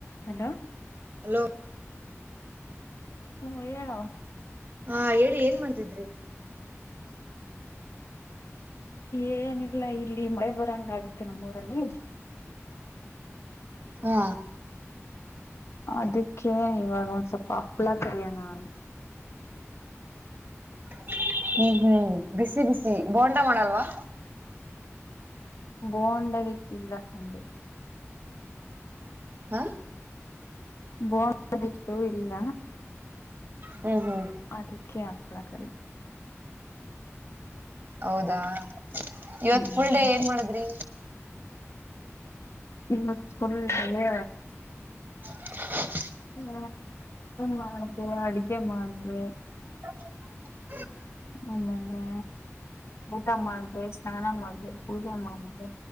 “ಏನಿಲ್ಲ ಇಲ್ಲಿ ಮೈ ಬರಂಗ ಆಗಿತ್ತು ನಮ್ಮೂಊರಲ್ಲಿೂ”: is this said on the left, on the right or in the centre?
Left